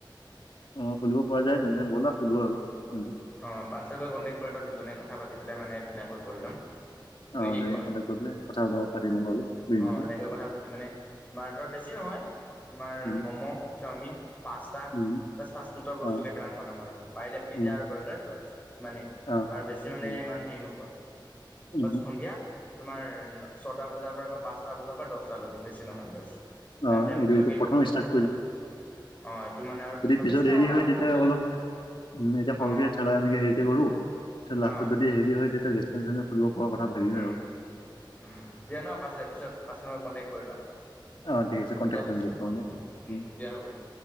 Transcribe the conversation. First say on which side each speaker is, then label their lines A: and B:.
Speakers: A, on the left; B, on the left.
A: অ খুলিব পৰা যায় তেনেহলে ব'লা খুলো আৰু।
B: অ পাঁচতাকৈ কণ্টেক্ট কৰিবা দুজনে কথা পাতি পেলাই মানে ধুনিয়াকৈ কৰি লম।
A: অ
B: নে কি
A: এনেকে
B: কোৱা?
A: কণ্টেক্ট কৰি পেলাই কথা বতৰা পাতি ল'ম আৰু বিজনেচৰ
B: অ এনেকৈ কথা পাতি মানে তোমাৰ ধৰা বেছি নহয়। তোমাৰ
A: উম
B: মম', চাওমিন, পাস্তা।
A: উম
B: বাছ ফাষ্ট ফুডৰ বস্তু
A: অ
B: কেইটামান বনাম আৰু পাৰিলে পিজ্জা
A: উম
B: আৰু বাৰ্গাৰ বছ সিমানেই।
A: অ
B: আৰু বেছি মানে
A: এই,
B: ইমান হেৰি নকৰো
A: উম
B: বাছ সন্ধিয়া তোমাৰ ছটা বজাৰ পৰা। পাঁচটা বজাৰ পৰা দহটালৈকে বেছি নহয়, বাছ
A: অ
B: টাইম
A: এইটো
B: এইটোলৈকে
A: এতিয়া প্ৰথম
B: হ'ব। অ
A: ষ্টাৰ্ট কৰি লম
B: এইটো মানে আৰু
A: যদি পিছত
B: বেছি ডাঙৰ
A: হেৰি
B: নহয়
A: হয় তেতিয়া
B: সৰু ঠেলাখন।
A: অলপ উম এতিয়া সৰুকে
B: অ
A: ঠেলা এনেকে হেৰিতে কৰো পিছত লাষ্টত
B: অ
A: যদি হেৰি হয় তেতিয়া ৰেষ্টুৰেণ্ট ছেষ্টুৰেন্ট খুলিব পৰা কথা ভাবিম
B: উম
A: আৰু।
B: উম দিয়া ন পাছে পিছত পাৰ্ছনেল কণ্টেক্ট কৰিবা।
A: অ ঠিক আছে কণ্টেক্ট
B: দিয়া
A: কৰিম তেতিয়া
B: উম,
A: মই
B: উম দিয়া হ'ব দিয়া।